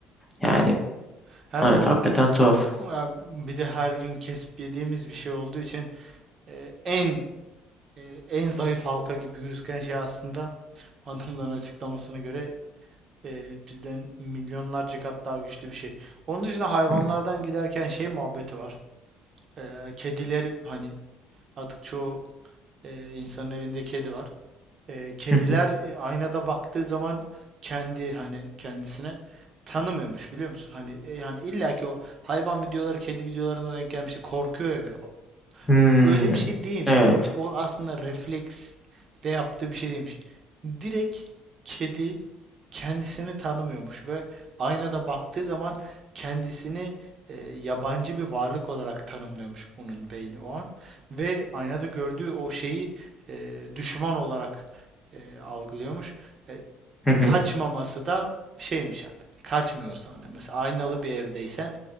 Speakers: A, in the centre; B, on the right (about 35°).
A: Yani
B: Yani her
A: evet
B: bu
A: hakikaten tuhaf.
B: ya bir de her gün kesip yediğimiz bir şey olduğu için e, en e, en zayıf halka gibi gözüken şey aslında <laughs> adamların açıklamasına göre e, bizden milyonlarca kat daha güçlü bir şey. Onun dışında hayvanlardan
A: Hı
B: giderken şey muhabbeti var. E, kedileri hani artık çoğu e, insanın evinde kedi var. E, kediler
A: hı.
B: e, aynada baktığı zaman kendi hani kendisine tanımıyormuş biliyor musun? Hani e, yani illaki o hayvan videoları, kedi videolarına denk gelmişti. Korkuyor ya böyle.
A: Hmm.
B: Öyle bir şey değilmiş.
A: Evet.
B: O, o aslında refleksle yaptığı bir şey değilmiş. Direkt kedi kendisini tanımıyormuş ve aynada baktığı zaman kendisini e, yabancı bir varlık olarak tanımlıyormuş onun beyni o an ve aynada gördüğü o şeyi e, düşman olarak e, algılıyormuş. E,
A: Hı hı.
B: kaçmaması da şeymiş artık. Kaçmıyorsa hani mesela aynalı bir evdeysen